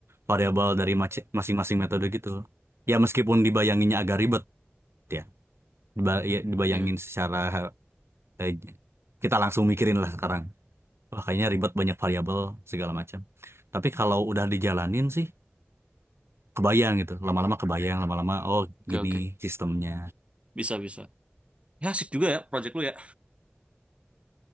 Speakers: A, on the right (about 85°); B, on the right (about 30°).
A: variabel dari maci- masing-masing metode gitu. Ya meskipun dibayanginnya agak ribet ya, Diba- ya, dibayangin
B: Iya,
A: secara eh, kita langsung mikirin lah sekarang. Wah, kayaknya ribet banyak variabel segala macam. Tapi kalau udah dijalanin sih kebayang gitu. Lama-lama kebayang, lama-lama oh
B: Oke,
A: gini
B: oke.
A: sistemnya.
B: Bisa, bisa. Ya, asik juga ya project lu ya.